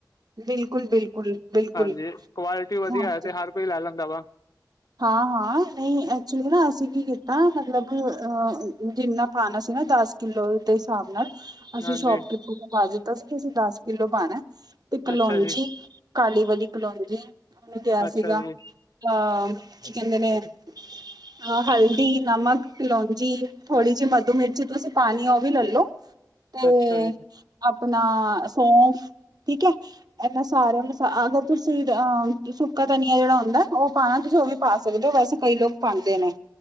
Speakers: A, on the right; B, on the left.
A: ਬਿਲਕੁਲ-ਬਿਲਕੁਲ, ਬਿਲਕੁਲ ਬਿਲਕੁਲ
B: ਹਾਂਜੀ।
A: ਬਿਲਕੁਲ
B: ਕੁਆਲਿਟੀ ਵਧੀਆ
A: ਹਾਂਜੀ।
B: ਹੈ ਤੇ ਹਰ ਕੋਈ ਲੈ ਲੈਂਦਾ ਵਾ।
A: ਹਾਂ-ਹਾਂ ਨਹੀਂ ਐਕਚੁਲੀ ਨਾ ਅਸੀਂ ਕੀ ਕੀਤਾ ਮਤਲਬ ਜਿੰਨਾ ਪਾਉਣਾ ਸੀ ਨਾ ਦਸ ਕਿਲੋ ਦੇ ਹਿਸਾਬ ਨਾਲ ਅਸੀਂ
B: ਹਾਂਜੀ
A: ਸ਼ੋਪਕੀਪਰ ਨੂੰ ਪਾ ਦਿੱਤਾ ਸੀ ਕਿ ਅਸੀਂ ਦਸ ਕਿਲੋ ਪਾਣਾ। ਤੇ ਕਲੋਂਜੀ
B: ਅੱਛਾ ਜੀ
A: ਕਾਲੀ ਵਾਲੀ ਕਲੋਂਜੀ ਲਿਆ
B: ਅੱਛਾ
A: ਸੀਗਾ,
B: ਜੀ
A: ਅਹ ਕੀ ਕਹਿੰਦੇ ਨੇ? ਅ ਹਲਦੀ, ਨਮਕ, ਲੋਂਜੀ ਥੋੜ੍ਹੀ ਜਿਹੀ ਮਧੂ ਮਿਰਚ ਤੁਸੀਂ ਪਾਣੀ ਆ, ਉਹ ਵੀ ਲੈਲੋ। <unintelligible> <inaudible> ਤੇ
B: ਅੱਛਾ ਜੀ
A: ਆਪਣਾ ਸੌਫ, ਠੀਕ ਹੈ? ਇਹਨਾਂ ਸਾਰਿਆਂ ਨੂੰ ਹਾਂ ਅਗਰ ਤੁਸੀਂ, ਸੁੱਕਾ ਧਨੀਆ ਜਿਹੜਾ ਹੁੰਦਾ ਉਹ ਪਾਉਣਾ ਤੁਸੀਂ ਉਹ ਵੀ ਪਾ ਸਕਦੇ ਹੋ, ਵੈਸੇ ਕਈ ਲੋਕ ਪਾਦੇ ਨੇ